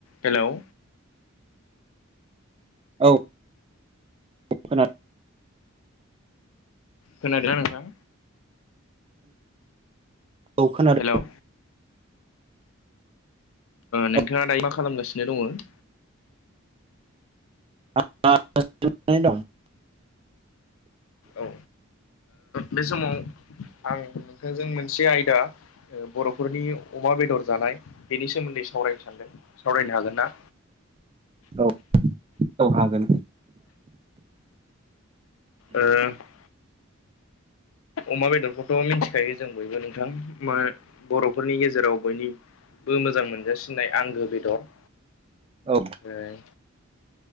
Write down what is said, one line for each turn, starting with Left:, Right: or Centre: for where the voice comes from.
Left: हेल'
Right: औ खोनादों
Left: खोनादों ना नोंथां
Right: औ खोनादों
Left: हेल' नोंथाङा
Right: औ
Left: दायो मा खालामगासिनो दङ
Right: <unintelligible>
Left: औ बे समाव आं नोंथांजों मोनसे आयदा बर'फोरनि अमा बेदर जानाय बेनि सोमोन्दै सावरायनो सानदों सावरायनो हागोन ना
Right: औ औ हागोन
Left: ओ अमा बेदरखौथ' मिथिखायो जों बयबो नोंथां मा बर'फोरनि गेजेराव बयनि बो मोजां मोनजासिननाय आंगो बेदर
Right: औ
Left: ओय